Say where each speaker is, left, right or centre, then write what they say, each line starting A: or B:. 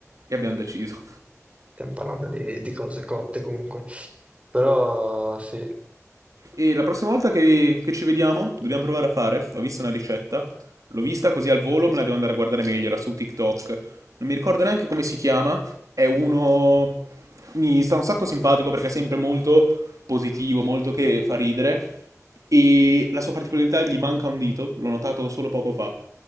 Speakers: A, on the right (about 85°); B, on the right (about 25°).
A: E abbiamo deciso.
B: stiamo parlando di, di cose cotte comunque. Però sì.
A: E la prossima volta che, che ci vediamo, dobbiamo provare a fare. Ho visto una ricetta. L'ho vista così al volo, me la devo andare a guardare meglio. Era su TikTok. Non mi ricordo neanche come si chiama. È uno. Mi sta un sacco simpatico perché è sempre molto positivo, molto che fa ridere. E la sua particolarità gli manca un dito. L'ho notato solo poco fa.